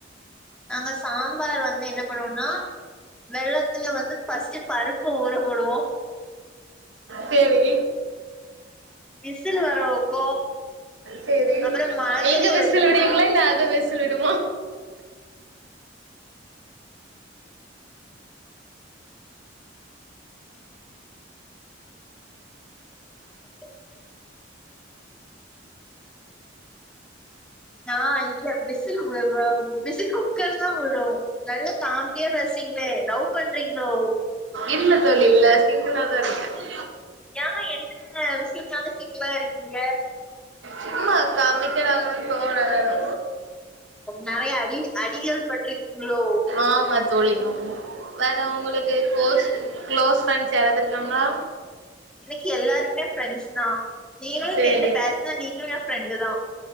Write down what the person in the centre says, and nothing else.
நாங்க சாம்பார் வந்து என்ன பண்ணுவோனா வெள்ளத்துல வந்து ஃபர்ஸ்ட்டு பருப்ப ஊறப்போடுவோ
விசில் வர வைப்போம்.
அப்புறம் மரக்கறிய
உ <inaudible> நான் இ விசில் விசில் குக்கர் தான் உடு நல்லா காமெடியா பேசுரிங்களே லவ் பண்றீங்களோ
ஏன் என்ன விஷயத்தால சிங்கிலா இருக்கீங்க
நறைய அடி அடிகள் பட்ருக்கீங்களோ
எனக்கு எல்லாருமே ஃப்ரெண்ட்ஸ் தா நீங்களு இப்ப
என்ட்ட பேசுனா நீங்களு என் ஃப்ரெண்டு தா